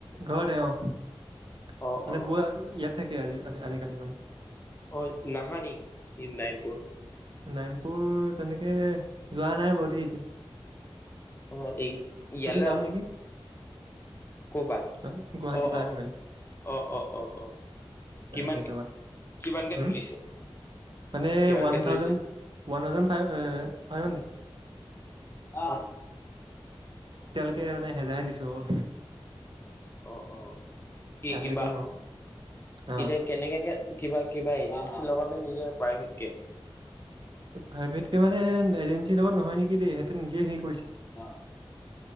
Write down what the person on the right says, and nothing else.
ঘৰতে অ মানে
বোৱা ইয়াত থাকে আজি আজিকালি মানে।
নাইমপুৰ তেনেকে যোৱা নাই বাৰু দেই এত-
যাম নেকি
মানে গুৱাহাটীৰ
পৰা
আহি মেলি
সেইটো কথা
উম
মানে
ওৱান
thousand one thousand five five hundred.
কে মানে হেজাৰ দিছো অকল
কাইলৈ
দিম আৰু অ
প্ৰাইভেট কে মানে এজেঞ্চিৰ লগত নহয় নেকি দেই সিহঁতে নিজে সেই